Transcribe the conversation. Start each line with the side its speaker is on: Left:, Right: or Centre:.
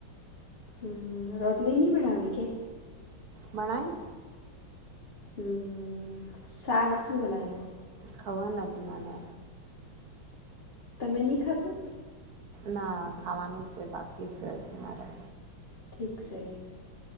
Left: હમ રોટલી નઈ બનાવી કે
Right: માણાન
Left: હમ સાક શું બનાયુ
Right: ખબર નથી મને
Left: તમે નહી ખાધું
Right: ના ખાવાનું છે બાકી છે હજી મારે
Left: ઠીક છે